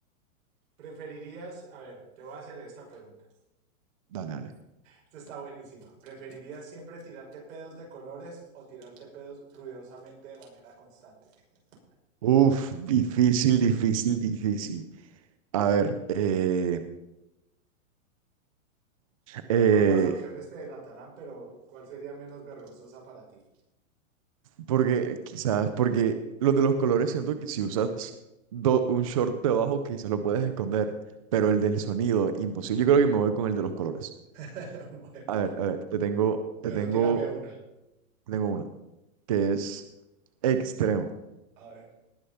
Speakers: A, on the right (about 65°); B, on the right (about 25°).
A: ¿Preferirías, a ver, te voy a hacer esta pregunta.
B: Dale, dale.
A: Esta está buenísima. ¿Preferirías siempre tirarte pedos de colores o tirarte pedos ruidosamente de manera constante? <laughs>
B: Uf, difícil, difícil, difícil. A ver, eh, eh,
A: Ambas opciones te delatarán, pero ¿cuál sería menos vergonzosa para ti?
B: porque quizás, porque los de los colores siento que si usas do- un short debajo quizás lo puedes esconder, pero el del sonido, imposible. Yo creo que me voy con el de los colores.
A: <laughs> Bueno,
B: A ver, a ver, te tengo, te
A: Bueno,
B: tengo,
A: tírame una.
B: te tengo una, que es extremo.
A: a ver.